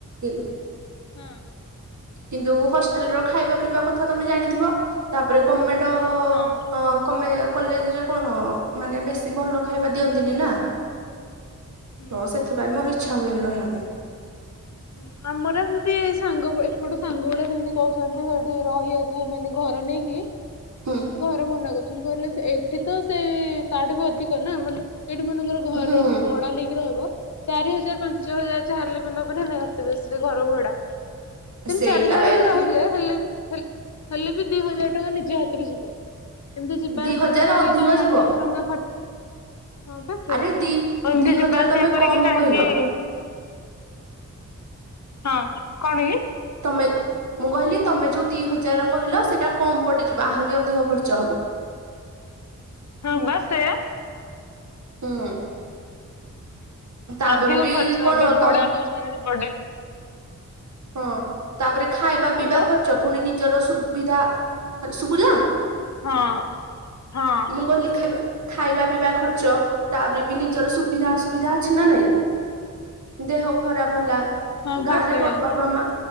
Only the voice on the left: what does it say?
ହଁ
ହଁ
ହୁଁ।
ହୁଁ ଆମର ଏମତି ଏ ସାଙ୍ଗଗୁ-ଏପଟ ସାଙ୍ଗଗୁଡା ସେମତି କୋହୁଛନ୍ତି ସେଇଠି ରହିବାକୁ ମାନେ ଘ ଘର ନେଇକି ଯେ
ଘରେ ମନା ମନା କରୁଥୁଲେ କହିଲେ ସେ ଏଠି ତ ସେଇ ତାଠୁ ବି ଅଧିକ ନା ମାନେ ଏଇଠି ମନେକର ଘର
ଭଡା ନେଇକି ରହିବ ଚାରି ହଜାର ପାଞ୍ଚ ହଜାର ଯାହାହେଲେ ବି ନେ ବେ ନା ନାଇ ଅତି ବେଶରେ ଘରଭଡା ତିନିଚାରି
ଜଣ
ବି ରହିଲେ ହେଲେ ହେଲ୍ ହେଲେ ବି ଦିହଜାର ଟଙ୍କା ନିଜେ ହାତରୁ ଯିବ। ଏମତି ଯିବା
ଆସିବା
କାହାରିକି
କାଇଁ
ଆଠଶହ ଟଙ୍କା ଖର୍ ହଁ ପା ସେଇୟା
ଏମତି
ଯିବା
ଆସିବା
କରିକି
କାହିଁକି
ହଁ କଣ କି?
ହଁ ପା ସେଇୟା।
ଅଧିକ
ଖର୍ଚ୍ଚ
ଏବେ ଭଡା
ନଉଛନ୍ତି ସେପଟେ
ହ୍ୟାଲୋ
ହଁ। ହଁ।
ହଁ ବା
ସେଇଆ